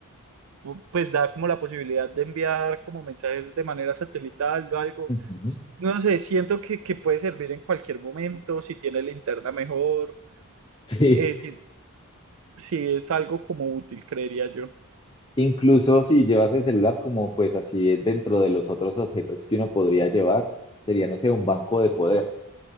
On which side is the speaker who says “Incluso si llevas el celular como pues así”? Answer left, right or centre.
Left